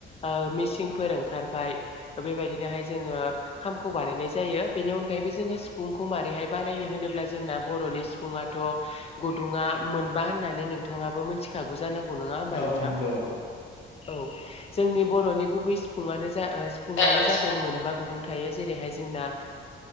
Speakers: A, on the left (about 30°); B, on the left (about 80°).
A: ओ मिसिंफोर ओंखारबाय बेबायदिनोहाय जोङो खामखौ बानायनाय जायो बेनि अनगायैबो जोङो सिफुंखौ मारोरैहाय बानायनो होनोब्ला जोंना बर'नि सिफुङा थ' गुदुङा मोनबा होननानै नोंथाङाबो मोनथिखागौ जानांगौ नङा होमबा
B: औ
A: नोंथां
B: नंगौ
A: औ जोंनि बर'नि गुबै सिफुंआनो सिफुङानो
B: ओ
A: जादों
B: सिफुं
A: मोनबा गुदुं थायो जेरैहाय जोंना